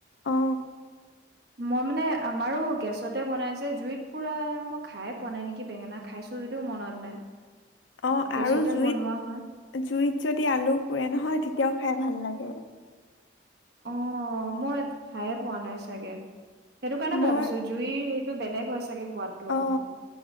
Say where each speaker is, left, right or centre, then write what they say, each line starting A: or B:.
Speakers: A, on the left; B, on the right.
A: অ
B: মই মানে আমাৰো গেছতে বনায় যে, জুইত পোৰা মই খাইয়ে পোৱা নাই নেকি বেঙেনা খাইছোঁ যদিও মনত নাই।
A: অ
B: গেছতে
A: আৰু জুইত
B: বনোৱা হয়।
A: জুইত যদি আলু পোৰে নহয়, তেতিয়াও খাই ভাল লাগে।
B: অ' মই খাইয়ে পোৱা নাই চাগে। সেইটো কাৰণে
A: মই
B: ভাবিছোঁ জুইৰ সেইটো বেলেগ হয় চাগে সোৱাদটো অকমান।
A: অ